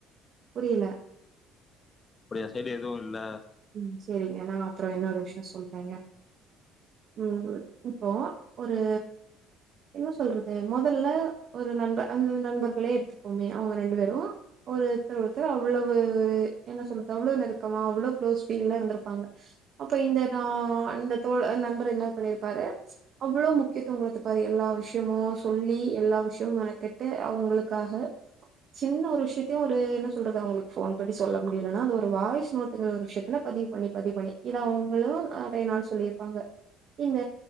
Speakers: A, on the right; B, on the left.
A: புரியல
B: அப்டி ஏ சைடு எதுவு இல்ல
A: ம் சேரிங்க நா அப்றோ இன்னொரு விஷயோ சொல்றேங்க ம் இப்போ ஒரு என்ன சொல்றது மொதல்ல ஒரு நண்ப அந்த நண்பர்களே எடுத்துப்போமே அவுங்க ரெண் டு பேரு ஒருத்தர ஒருத்தர் அவ்வளவு ஒரு என்ன சொல்றது அவ்ளோ நெருக்கமா அவ்ளோ க்ளோஸ் ஃபீல்ல இருந்துருப்பாங்க அப்ப இந்த நா ஆ இந்த தோழ நண்பர் என்ன பண்ணிருப்பாரு அவ்ளோ முக்கியத்துவோ குடுத்திருப்பாரு எல்லா விஷயமு சொல்லி எல்லா விஷயமு மெனக்கெட்டு அவுங்களுக்காக சின்ன ஒரு விஷயத்தையு ஒரு என்ன சொல்றது அவுங்களுக்கு ஃபோன் பண்ணி சொல்ல முடியலன்னா அது ஒரு வாய்ஸ் நோட்டுங்கிற ஒரு விஷயத்துல பதிவு பண்ணி பதிவு பண்ணி இத அவுங்களு நெறைய நாள் சொல்லிருப்பாங்க இந்த